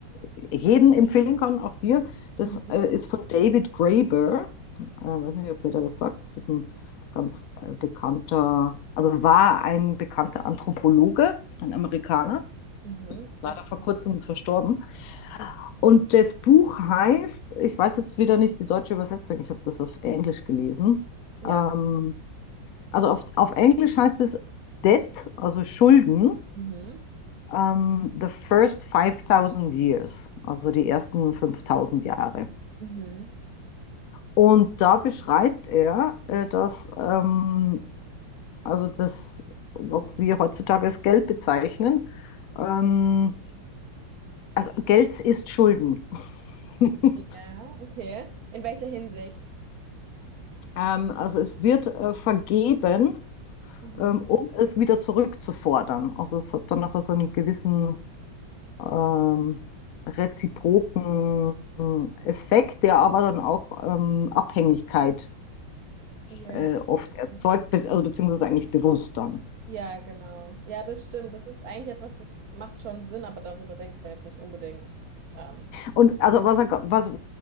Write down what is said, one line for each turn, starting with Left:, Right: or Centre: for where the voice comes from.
Left: jedem empfehlen kann, auch dir. Das
Right: Mhm.
Left: äh, ist von David Graeber. Ich äh, weiß nicht, ob der da was sagt. Das ist ein ganz äh, bekannter, also war ein bekannter Anthropologe, ein Amerikaner.
Right: Mhm.
Left: Ist
Right: Sag,
Left: leider vor kurzem verstorben. Und das Buch heißt, ich weiß jetzt wieder nicht die deutsche Übersetzung, ich habe das auf Englisch gelesen.
Right: ja.
Left: Ähm, also auf, auf Englisch heißt es Debt, also Schulden,
Right: Mhm.
Left: ähm, the first 5000 years, also die ersten 5000 Jahre.
Right: Mhm.
Left: Und da beschreibt er, äh, dass ähm, also das, was wir heutzutage als Geld bezeichnen, ähm, also Geld ist Schulden. <laughs>
Right: Ja, okay. In welcher Hinsicht?
Left: Ähm, also es wird äh, vergeben,
Right: Mhm.
Left: ähm, um es wieder zurückzufordern. Also es hat dann nachher so einen gewissen ähm, reziproken Effekt, der aber dann auch ähm, Abhängigkeit
Right: Ja.
Left: äh, oft erzeugt,
Right: Mhm.
Left: be also beziehungsweise eigentlich bewusst dann.
Right: Ja, genau. Ja, das stimmt. Das ist eigentlich etwas, das macht schon Sinn, aber darüber denkt man jetzt nicht unbedingt. Ähm,
Left: Und also was er, ga- was,